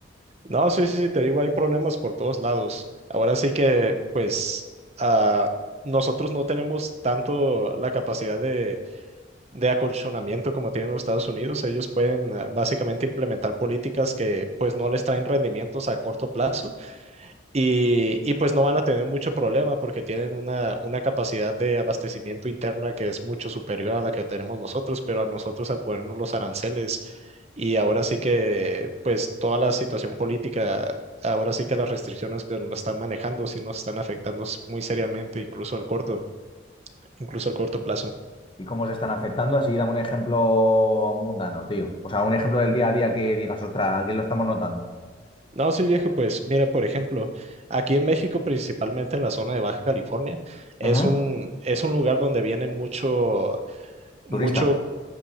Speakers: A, on the right; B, on the left.
A: No, sí, sí, sí, te digo, hay problemas por todos lados. Ahora sí que, pues, ah, nosotros no tenemos tanto la capacidad de, de acolchonamiento como tienen los Estados Unidos. Ellos pueden ah, básicamente implementar políticas que, pues, no les traen rendimientos a corto plazo, y, y, pues no van a tener mucho problema porque tienen una, una capacidad de abastecimiento interna que es mucho superior a la que tenemos nosotros, pero a nosotros al ponernos los aranceles y ahora sí que pues toda la situación política, ahora sí que las restricciones que nos están manejando sí nos están afectando s- muy seriamente, incluso al corto, incluso al corto plazo.
B: ¿Y cómo os están afectando? Así dame un ejemplo mundano, tío. O sea, un ejemplo del día a día que digas, ostras, aquí lo estamos notando.
A: No, sí viejo, pues mira, por ejemplo, aquí en México, principalmente en la zona de Baja California, es
B: Ujú.
A: un, es un lugar donde viene mucho mucho
B: Turista.